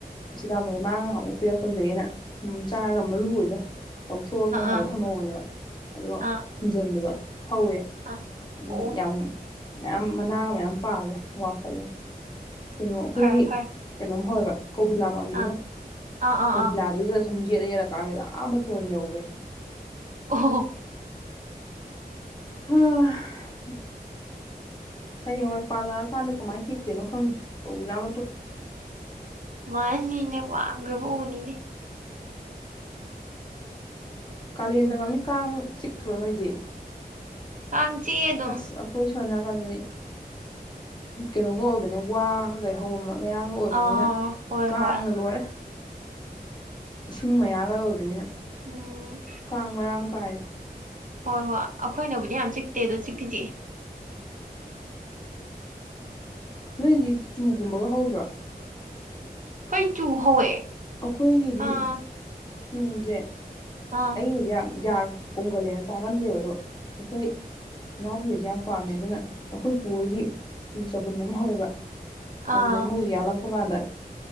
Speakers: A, on the left; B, on the right.
A: ꯁꯤꯇꯥꯕꯣꯟꯗ ꯃꯥꯡꯉꯒ ꯑꯃꯨꯛ ꯄꯤꯔꯛꯄꯁꯤꯗꯒꯤ ꯑꯩꯅ ꯆꯥꯔꯒ ꯃꯔꯨ ꯑꯣꯏꯗꯣ ꯂꯧꯊꯣꯛꯑꯒ ꯀꯥꯡꯊꯅꯕ
B: ꯑꯥ
A: ꯊꯝꯍꯧꯕꯅꯦꯕ ꯑꯗꯨꯒ
B: ꯑꯥ
A: ꯗ ꯍꯧꯔꯦ
B: ꯑꯥ
A: ꯑꯗꯨꯝ
B: ꯑꯣ
A: ꯌꯥꯝ ꯃꯌꯥꯝ ꯃꯅꯥꯒ ꯃꯌꯥꯝ ꯄꯥꯜꯂꯦ ꯋꯥꯡꯈꯠꯂꯦ ꯀꯩꯅꯣ ꯑꯩꯈꯣꯏꯒꯤ
B: ꯐꯔꯦ ꯐꯔꯦ
A: ꯀꯩꯅꯣꯝ ꯐꯋꯦꯕ ꯀꯧꯕꯤꯂꯥ ꯄꯥꯝꯕꯤ
B: ꯑꯥ
A: ꯑꯃ
B: ꯑꯥ ꯑꯥ
A: ꯀꯧꯕꯤꯂꯥꯗꯨꯗ
B: ꯑꯥ
A: ꯁꯨꯝꯖꯤꯂ ꯌꯦꯂꯀꯥꯟꯁꯤꯗ ꯑꯥ ꯃꯇꯣꯟ ꯌꯧꯈ꯭ꯔꯦ
B: ꯑꯣ
A: ꯍ ꯍꯌꯦꯡꯋꯥꯏ ꯄꯥꯜꯂꯛꯑꯀꯥꯟꯗ ꯀꯃꯥꯏꯅ ꯍꯦꯛꯇꯦꯅꯣ ꯈꯪꯗꯦ ꯀꯧꯕꯖꯥ
B: ꯃꯥꯅꯤꯅꯦ ꯋꯥꯡꯒ꯭ꯔꯕ ꯎ ꯏꯅꯦ
A: ꯀꯥꯂꯦꯟ ꯆꯡꯉꯝꯅꯤꯅ ꯀꯥꯡ ꯆꯤꯛꯇ꯭ꯔꯣ ꯅꯣꯏꯗꯤ
B: <unintelligible> ꯆꯦ ꯑꯗꯨꯝ
A: ꯑꯁ ꯑꯩꯈꯣꯏ ꯁꯣꯝ ꯅꯥꯀꯟꯗꯗꯤ ꯀꯩꯅꯣꯒ ꯑꯣꯏꯕꯅꯦ ꯋꯥ ꯀꯩꯀꯩ ꯍꯧꯕ ꯃꯔꯛ ꯃꯌꯥꯝꯒ ꯑꯣꯏꯕꯅꯤꯅ
B: ꯑꯥ ꯍꯣꯏ
A: ꯀꯥꯡꯅ
B: ꯍꯣꯏ
A: ꯂꯣꯏꯔꯦ ꯏꯁꯤꯡ ꯃꯌꯥꯒ ꯑꯣꯏꯕꯅꯤꯅ
B: ꯎꯝ
A: ꯀꯥꯡ ꯃꯔꯥꯡ ꯀꯥꯏ
B: ꯍꯣꯏ ꯍꯣꯏ ꯑꯩꯈꯣꯏꯅꯕꯨꯗꯤ ꯌꯥꯝ ꯆꯤꯛꯇꯦ ꯑꯗꯣ ꯆꯤꯛꯇꯤ ꯆꯤꯛ ꯏ
A: ꯅꯣꯏꯗꯤ ꯆꯨ ꯒꯨꯝꯕꯒ ꯍꯧꯗ꯭ꯔꯣ
B: ꯑꯩꯈꯣꯏ ꯆꯨ ꯍꯧꯋꯦ
A: ꯑꯩꯈꯣꯏꯒꯤꯗꯤ
B: ꯑꯥ
A: ꯆꯨꯖꯦ
B: ꯑꯥ
A: ꯑꯩꯕꯨꯗ ꯌꯥꯝ ꯌꯥ ꯀꯨꯝꯒꯜꯂꯦꯅ ꯆꯥꯒꯟꯗꯦꯕ ꯑꯗꯣ ꯑꯩꯈꯣꯏ ꯏꯅꯥꯎꯄꯤꯗꯨꯗꯤ ꯌꯥꯝ ꯄꯥꯝꯃꯦ ꯑꯗꯨꯅ ꯑꯩꯈꯣꯏ ꯄꯨꯍꯣꯏꯒꯤ ꯆꯨ ꯆꯕꯨꯟ ꯑꯃ ꯍꯧꯋꯦꯕ
B: ꯑꯥ
A: ꯑꯗꯨꯗꯒꯤ ꯃꯣꯏꯒꯤ ꯌꯥꯂꯛꯄ ꯒꯥꯟꯗ